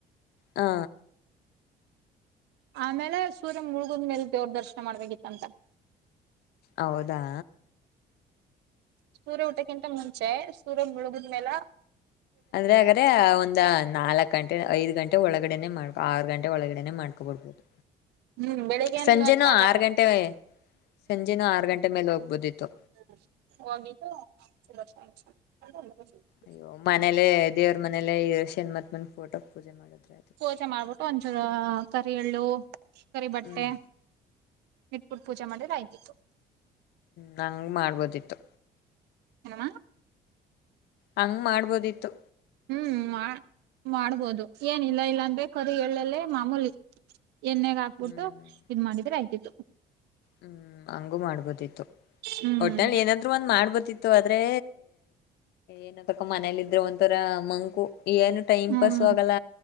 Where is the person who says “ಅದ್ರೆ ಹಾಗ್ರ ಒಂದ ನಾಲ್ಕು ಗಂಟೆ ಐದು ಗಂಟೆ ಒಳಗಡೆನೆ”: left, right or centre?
Left